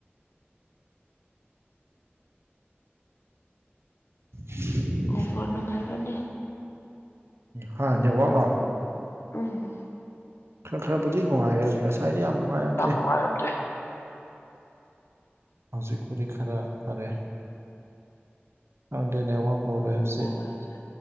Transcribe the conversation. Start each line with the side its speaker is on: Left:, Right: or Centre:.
Right: <inaudible>
Left: ꯑꯣ ꯅꯅꯨꯡꯉꯥꯏꯕꯅꯤ
Right: ꯍꯥ ꯅꯦꯋꯥꯛꯂꯣ
Left: ꯎꯝ
Right: ꯈꯔ ꯈꯔꯕꯨꯗꯤꯅꯨꯡꯉꯥꯏꯔꯦ ꯍꯧꯖꯤ ꯉꯁꯥꯏꯗꯤ ꯌꯥꯝ ꯅꯨꯡꯉꯥꯏꯔꯝ
Left: ꯌꯥꯝ ꯅꯨꯡꯉꯥꯏꯔꯝꯗꯦ
Right: ꯍꯧꯖꯤꯛ ꯈꯔꯤ ꯈꯔꯥ ꯐꯔꯦ ꯑꯪ ꯗꯦꯧ ꯄꯣꯕ꯭ꯂꯦꯝꯁꯦ
Left: ꯍꯁꯦ